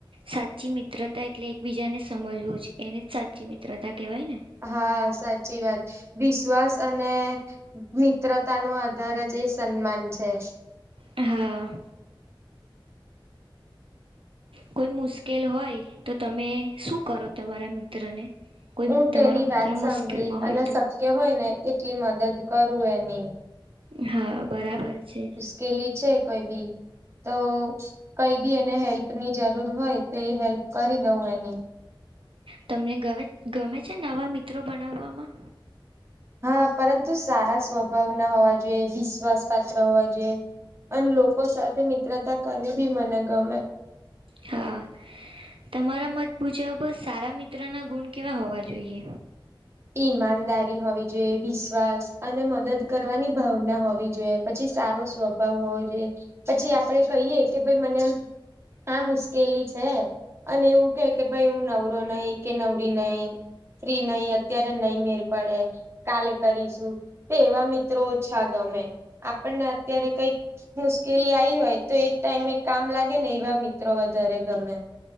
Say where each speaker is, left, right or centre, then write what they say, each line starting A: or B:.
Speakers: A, on the right; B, on the right.
A: સાચી મિત્રતા એટલે એકબીજાને સમજવો છે એને જ સાચી મિત્રતા કહેવાય ને
B: હા સાચી વાત વિશ્વાસ અને મિત્રતા નો આધાર જ એ સન્માન છે.
A: હા કોઈ મુશ્કેલ હોય તો તમે શું કરો તમારા મિત્રને કોઈ
B: હું તેની
A: તમારો મિત્ર
B: વાત સાંભળી
A: મુશ્કેલમાં હોય
B: અને
A: તો
B: શક્ય હોય ને તેટલી મદદ કરું એની
A: હા બરાબર છે.
B: પેલી છે કોઈ બી તો કઈ બી એને હેલ્પ ની જરૂર હોય તો એ હેલ્પ કરી દઉં એને.
A: તમને ગમે ગમે છે નવા મિત્રો બનાવવામાં
B: હા પરંતુ સારા સ્વભાવના હોવા જોઈએ વિશ્વાસ પાત્ર હોવા જોઈએ અને લોકો સાથે મિત્રતા કરવી બી મને ગમે.
A: હા તમારા મત મુજબ સારા મિત્ર ના ગુણ કેવા હોવા જોઈએ
B: ઈમાનદારી હોવી જોઈએ વિશ્વાસ અને મદદ કરવાની ભાવના હોવી જોઈએ પછી સારો સ્વભાવ હોવો જોઈએ પછી આપડે કહીયએ કે ભાઈ મને હા મુશ્કેલી છે અને એવું કે કે ભાઈ હું નવરો નહી કે નવરી નહી ફ્રી નહી અત્યારે નહી મેર પડે કાલે કરીશું તો એવા મિત્રો ઓછા ગમે. આપણને અત્યારે કઈક મુશ્કેલી આવીઈ હોય તો એ ટાઈમે એક કામ લાગે ને એવા મિત્રો વધારે ગમે.